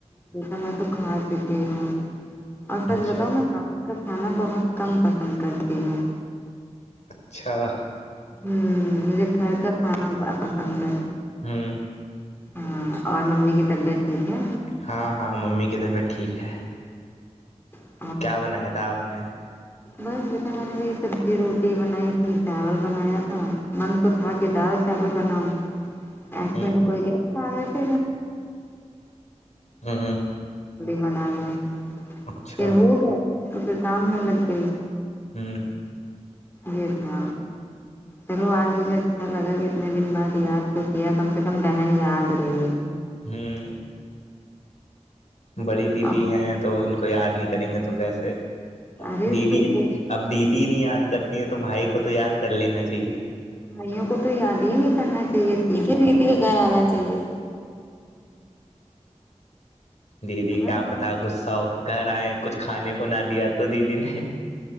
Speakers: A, on the left; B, on the left.
A: جیسا میں تو کھا چکی ہوں اور سچ
B: اچھا
A: بتاؤ میں چاہاں کا کھانا بہت کم پسند کرتی ہوں
B: اچھا
A: ہوں مجھے گھر کا کھانا پسند ہے
B: ہوں
A: ہاں اور ممی کی طبیعت ٹھیک ہے
B: ہاں ہاں ممی کی طبیعت ٹھیک ہے
A: ہاں
B: کیا بنایا تھا آپ نے
A: بس بیٹا میں نے وہی سبزی روٹی بنائی تھی چاول بنایا تھا من تو تھا کہ دال ڈول بناؤ ایکس
B: ہوں
A: میں کوئی گیا آگ
B: ہوں
A: بنا لوں
B: اچھا
A: پھر ہو گیا تو پھر تان میں لگ گئی
B: ہوں
A: یہ تھا چلو آج مجھے اچھا لگا کہ اتنے دن بعد یاد تو کیا کم سے کم بہن یاد رہی
B: جی بڑی دیدی
A: اور
B: ہیں تو ان کو یاد نہیں کریں گے تو کیسے
A: ارے
B: دیدی
A: تو فون
B: اب دیدی نہیں یاد کرتی ہے تو بھائی کو تو یاد کر لینا چاہیے
A: بھائیوں کو تو یاد ہی نہیں کرنا چاہیے سیکھے ددی کے گھر آنا چاہیے
B: دیدی
A: بس
B: کیا پتا غصہ ہو کر آئ کچھ کھانے کو نہ دیا تو دیدی نے